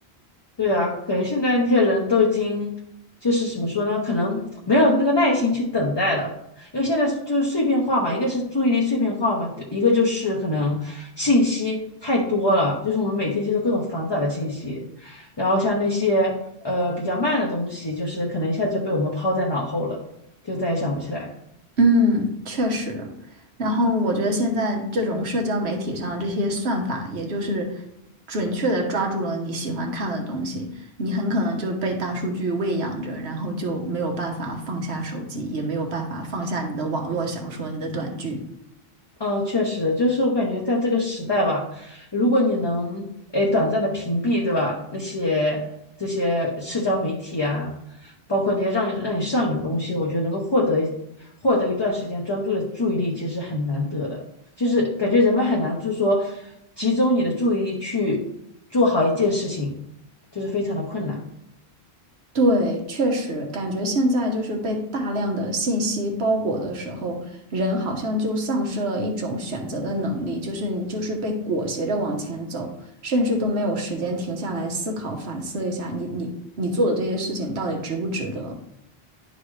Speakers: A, on the left; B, on the right.
A: 对啊，感觉现在那些人都已经就是怎么说呢？可能没有那个耐心去等待了，因为现在就是碎片化嘛，一个是注意力碎片化嘛，对一个就是可能信息太多了，就是我们每天接受各种繁杂的信息，然后像那些呃比较慢的东西，就是可能一下子就被我们抛在脑后了，就再也想不起来了
B: 嗯，确实。然后我觉得现在这种社交媒体上这些算法，也就是准确的抓住了你喜欢看的东西，你很可能就被大数据喂养着，然后就没有办法放下手机，也没有办法放下你的网络小说、你的短剧。
A: 嗯，确实，就是我感觉在这个时代吧，如果你能诶短暂的屏蔽，对吧？那些这些社交媒体啊，包括那些让你让你上瘾的东西，我觉得能够获得获得一段时间专注的注意力，其实很难得的。就是感觉人们很难，就是说集中你的注意力去做好一件事情，就是非常的困难。
B: 对，确实感觉现在就是被大量的信息包裹的时候，人好像就丧失了一种选择的能力，就是你就是被裹挟着往前走，甚至都没有时间停下来思考、反思一下你你你做的这些事情到底值不值得。